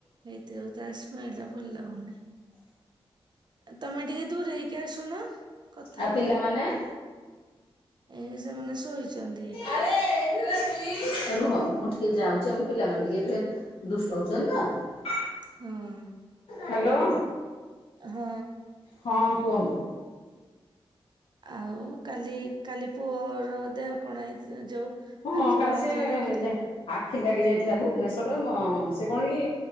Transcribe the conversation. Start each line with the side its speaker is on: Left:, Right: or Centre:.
Right: ଏଇତି ଯୋଗୁ ତା ସ୍ମାଇଲ ଟା ଭଲ ଲାଗୁନି। ତମେ ଟିକେ ଦୂର ହେଇକି ଆସୁନ କଥା
Left: ଆଉ ପିଲାମାନେ?
Right: ହବ। ଏଇ ସେମାନେ ଶୋଇଛନ୍ତି।
Left: ଆରେ ଏଇଥିରେ ରୁହ ମୁଁ ଟିକେ ଯାଉଛି ଆମ ପିଲାମାନେ ଟିକେ ଟିକେ ଦୁଷ୍ଟ ହଉଛନ୍ତି ତ।
Right: ହଁ।
Left: ହ୍ୟାଲୋ।
Right: ହଁ।
Left: ହଁ କୁହନ୍ତୁ।
Right: ଆଉ କାଲି କାଲି ପୁଅର ଦେହ କଣ ହେଇ ଯୋଉ
Left: ହୁଁ
Right: ଆଖି
Left: କଲି
Right: କଣ
Left: ସିଏ
Right: ହଉଥିଲା ଦେଖେଇଲ
Left: ଆଖି ଲାଗି ଯାଇଥିଲା ଭୁବନେଶ୍ୱର ସେ କଣ କି